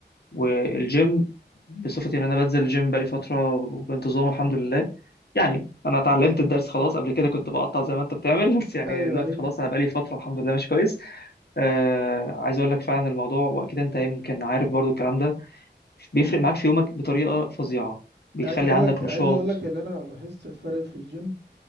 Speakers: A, on the left (about 60°); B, on the right (about 70°).
A: والجيم بصفتي ان انا بنزل الجيم بقالي فتره بانتظام الحمد لله يعني انا اتعلمت
B: مم.
A: الدرس خلاص قبل كده كنت بقطع زي ما انت بتعمل <laughs> بس يعني
B: ايوه
A: دلوقتي
B: ايوه
A: خلاص انا بقالي فتره الحمد لله مش كويس آه عايز اقول لك فعلا الموضوع واكيد انت يمكن عارف برضو الكلام ده بيفرق معاك في يومك بطريقه فظيعه بيخلي
B: عايز اقول
A: عندك
B: لك عايز
A: نشاط
B: اقول لك اللي انا لاحظت الفرق في الجيم